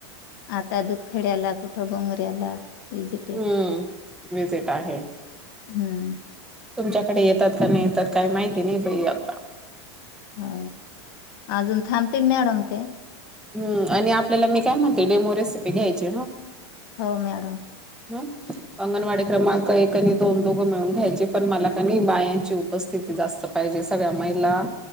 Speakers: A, on the left (about 50°); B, in the centre.
A: आता दूध खेड्याला कुठं बोंगऱ्याला, विजिट आहे
B: हम्म विझिट आहे.
A: हम्म
B: तुमच्याकडे येतात का नाही येतात, काही माहिती नाही बई आता.
A: हो अजून थांबतील मॅडम ते,
B: हम् आणि आपल्याला मी काय म्हणते डेमो रेसिपी घ्यायची ह,
A: हो मॅडम,
B: ह, अंगणवाडी क्रमांक एक आणि दोन दोघं मिळून घ्यायचे. पण मला का नाही, बायांची उपस्थिती जास्त पाहिजे सगळ्या महिला,